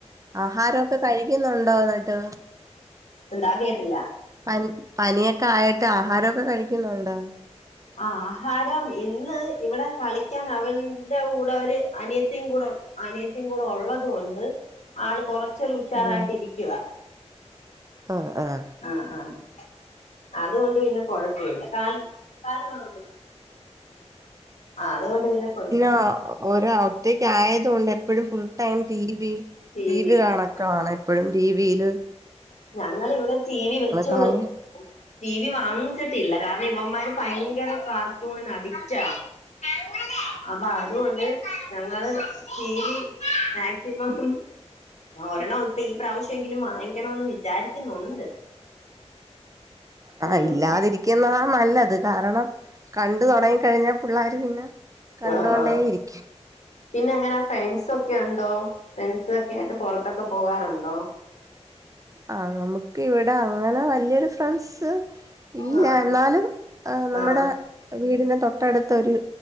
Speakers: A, on the right (about 30°); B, on the left (about 80°).
A: ആഹാരൊക്കെ കഴിക്കുന്നുണ്ടോ ന്നട്ട്?
B: എന്താ കേട്ടില്ല?
A: പനി പനിയൊക്കെ ആയിട്ട് ആഹാരൊക്കെ കഴിക്കുന്നുണ്ടോ?
B: ആഹ് ആഹാരം ഇന്ന് ഇവടെ കളിക്കാൻ അവന്റെ കൂടെ ഒരു അനിയത്തിയും കൂടെ ഉ അനിയത്തിം കൂടെ ഒള്ളത് കൊണ്ട് ആള് കൊറച്ചൊരു ഉഷാറായിട്ട്
A: ആഹ്
B: ഇരിക്കുവാ.
A: ആഹ് ആഹ്
B: ആഹ് ആഹ് അതുകൊണ്ട് പിന്നെ കൊഴപ്പവില്ല. കാല് കാല് പൊറകോട്ട് ആ അതുകൊണ്ട് പിന്നെ കൊ
A: ആഹ് ഒര ഒറ്റക്കായതുകൊണ്ട് എപ്പഴും full time T V
B: ടിവിയില്ല
A: TV കാണക്കാണ് എപ്പഴും ടിവീല്
B: ഞങ്ങള് ഇവിടെ ടി വി വെച്ചു
A: കളി
B: ടി വി വാങ്ങിച്ചിട്ടില്ല കാരണം ഇവമ്മാര് ഭയങ്കര കാർട്ടൂണിന് അടിറ്റ അങ്ങനെ അപ്പൊ അതുകൊണ്ട് ഞങ്ങള് ടി വി മാക്സിമം ആ ഒരണ്ണം ഇപ്പി ഈ പ്രാവശ്യഎങ്കിലും വാങ്ങിക്കണോന്ന് വിചാരിക്കുന്നുണ്ട്
A: ആഹ
B: ഉം
A: ഇല്ലാതിരിക്കുന്നതാ നല്ലത് കാരണം കണ്ട് തുടങ്ങികഴിഞ്ഞ പിള്ളാര് പിന്നെ കണ്ടോണ്ടേ
B: ആഹ് ആഹ്
A: ഇരിക്കും
B: പിന്നെ എങ്ങന ഫ്രണ്ട്സൊക്കെ ഉണ്ടോ ഫ്രണ്ട്‌സൊക്കെയിട്ട് പൊറത്തൊക്കെ പോകാറുണ്ടോ <unintelligible>
A: ആഹ് നമുക്ക് ഇവിടെ അങ്ങനെ വല്യരുഫ്രണ്ട്സ് ഇല്ല
B: ആഹ്
A: എന്നാലും നമ്മടെ
B: ആഹ്
A: വീടിന് തൊട്ടടുത്ത് ഒര്